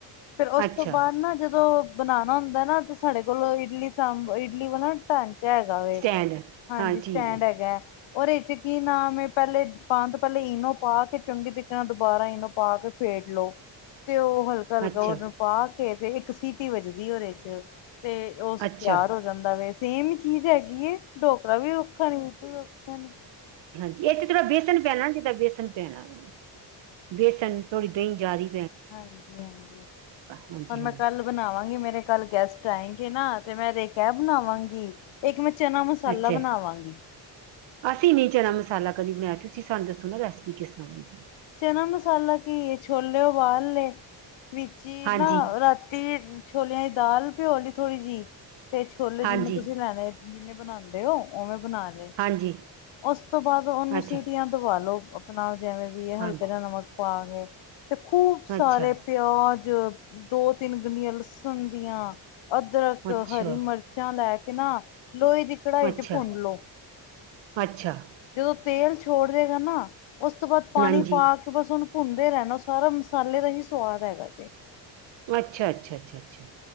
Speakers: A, on the left; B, on the right.
A: ਫੇਰ ਉਸ
B: ਅੱਛਾ
A: ਤੋਂ ਬਾਅਦ ਨਾ ਜਦੋਂ ਬਣਾਣਾ ਹੁੰਦਾ ਨਾ ਤੇ ਸਾਡੇ ਕੋਲ ਇਡਲੀ ਸਂਬ, ਇਡਲੀ ਵਾਲਾ ਨ ਹੈਗਾ ਵੇ।
B: ਸਟੈਂਡ
A: ਹਾਂਜੀ,
B: ਹਾਂ
A: ਸਟੈਂਡ
B: ਠੀਕ ਹੈ
A: ਹੈਗਾ। ਔਰ ਇਹ ਚ ਕੀ ਨਾਮ ਏ ਪਹਿਲੇ ਪਾਨ ਤੋਂ ਪਹਿਲੇ ਇਨੋ ਪਾ ਕੇ ਚੰਗੇ ਤਰੀਕੇ ਨਾਲ ਦੁਬਾਰਾ ਇਨੋ ਪਾ ਕੇ ਫੇਰ ਫੇਂਟ ਲੋ ਤੇ ਉਹ ਹਲਕਾ ਹਲਕਾ
B: ਅੱਛਾ
A: ਉਹਨੂੰ ਪਾ ਕੇ ਤੇ ਇੱਕ ਸੀਟੀ ਵੱਜਦੀ ਉਹਦੇ ਚ। ਤੇ ਉਹ ਤਿਆਰ
B: ਅੱਛਾ
A: ਹੋ ਜਾਂਦਾ ਵੇ, ਸੇਮ ਈ ਚੀਜ਼ ਹੈਗੀ ਏ ਢੋਕ ਤਵੈਡਾ ਵੀ ਔਖਾ ਨੀ, ਇਵੀ ਔਖਾ ਨੀ।
B: ਇੱਦੇ ਚ ਥੋੜਾ ਵੇਸਨ ਪੈਣਾ ਜਿੱਦਾਂ ਵੇਸਣ ਪੈਣਾ, ਵੇਸਨ ਥੋੜੀ ਦਹੀਂ ਜ਼ਿਆਦੀ।
A: ਹਾਂਜੀ ਹਾਂਜੀ
B: ਹਾਂਜੀ
A: ਹੁਣ ਮੈਂ
B: ਹਾਂਜੀ
A: ਕੱਲ ਬਣਾਵਾਂਗੀ ਮੇਰੇ ਕੱਲ ਗੈਸਟ ਆਏਂਗੇ ਨਾ ਤੇ ਮੈਂ ਤੇ ਇਕ ਇਹ ਬਣਾਵਾਂਗੀ ਇੱਕ ਮੈਂ ਚਨਾ ਮਸਾਲਾ
B: ਅੱਛਾ
A: ਬਣਾਵਾਂਗੀ।
B: ਅਸੀਂ ਨੀ ਚਨਾ ਮਸਾਲਾ ਕਦੀ ਬਣਾਇਆ ਤੁਸੀਂ ਸਾਨੂੰ ਦੱਸੋ ਨਾ ਰੈਸਪੀ ਕਿਸ ਤਰਾਂ ਉਹਦੀ।
A: ਚਨਾ ਮਸਾਲਾ ਕੀ ਏ ਛੋਲੇ ਉਬਾਲ ਲੇ ਵਿਚ ਈ
B: ਹਾਂਜੀ
A: ਨਾ ਰਾਤੀ ਛੋਲਿਆਂ ਚ ਦਾਲ ਪਿਓਲੀ ਥੋੜ੍ਹੀ ਜਿਹੀ ਤੇ ਛੋਲੇ
B: ਹਾਂਜੀ
A: ਜਿਨੇ ਤੁਸੀਂ ਲੈਣੇ ਜਿਨੇ ਬਣਾਂਦੇ ਓ ਉਵੇਂ ਬਣਾ ਲਏ
B: ਹਾਂਜੀ
A: ਉਸ ਤੋਂ ਬਾਅਦ ਉਹਨੂੰ
B: ਅੱਛਾ
A: ਸੀਟੀਆਂ ਦਵਾਲੋ ਆਪਣਾ ਜੈਵੇਂ ਵੀ ਇਹ
B: ਹਾਂਜੀ
A: ਹਲਕੇ ਜਾ ਨਮਕ ਪਾ ਕੇ ਤੇ ਖੂਬ ਸਾਰੇ
B: ਅੱਛਾ
A: ਪਿਆਜ ਦੋ ਤਿੰਨ ਗੰਨੀਆਂ ਲਸਣ ਦੀਆਂ ਅਦਰਕ
B: ਅੱਛਾ
A: ਹਰੀ ਮਿਰਚਾਂ ਲੈ ਕੇ ਨਾ ਲੋਹੇ ਦੀ ਕੜਾਈ
B: ਅੱਛਾ
A: ਚ ਭੁੰਨ ਲੋ।
B: ਅੱਛਾ।
A: ਜਦੋਂ ਤੇਲ ਛੋੜ ਜੇਗਾ ਨਾ ਉਸ ਤੋਂ ਬਾਅਦ ਪਾਣੀ
B: ਹਾਂਜੀ
A: ਪਾ ਕੇ ਬਸ ਉਹਨੂੰ ਭੁੰਨਦੇ ਰਹਿਣਾ ਸਾਰਾ ਮਸਾਲੇ ਦਾ ਹੀ ਸਵਾਦ ਹੈਗਾ ਜੇ।
B: ਅੱਛਾ ਅੱਛਾ ਅੱਛਾ ਅੱਛਾ